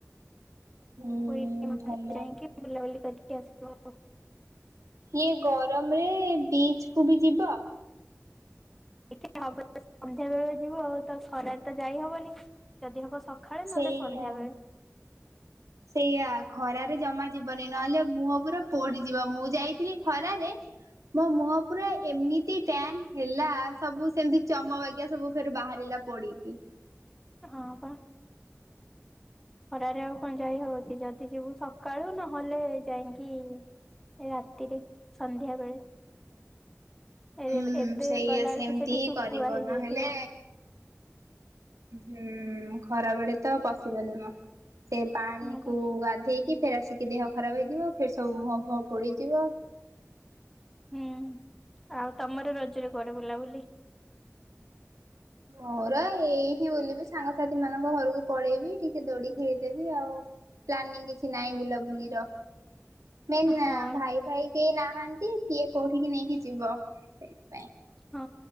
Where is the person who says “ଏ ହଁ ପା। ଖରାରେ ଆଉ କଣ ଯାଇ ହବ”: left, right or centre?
Centre